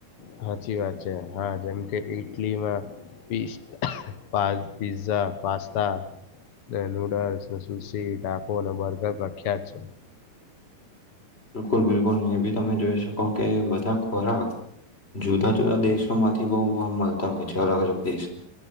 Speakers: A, on the left (about 85°); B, on the left (about 15°).
A: સાચી વાત છે હા જેમ કે ઈટલીમાં પિસ્ટ પા પિઝા પાસ્તા ને નૂડલ્સ ને સુસી ટાકો બર્ગર પ્રખ્યાત છે.
B: બિલકુલ બિલકુલ એ ભી તમે જોઈ શકો કે બધા ખોરાક જુદા જુદા દેશોમાંથી બહુ વાવા મળતા હોય છે. અલગ અલગ દેશ.